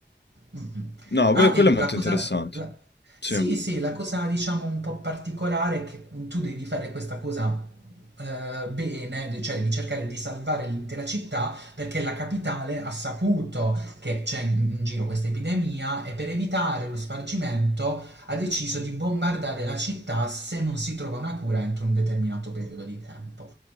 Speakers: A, on the right; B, on the left.
A: Mhm.
B: No,
A: Ah,
B: que quello
A: e
B: è molto
A: la cosa...
B: interessante.
A: la-
B: Sì.
A: Sì, sì, la cosa diciamo un po' particolare è che tu devi fare questa cosa eh, bene, cioè devi cercare di salvare l'intera città perché la capitale ha saputo che c'è in in giro questa epidemia e per evitare lo spargimento ha deciso di bombardare la città se non si trova una cura entro un determinato periodo di tempo.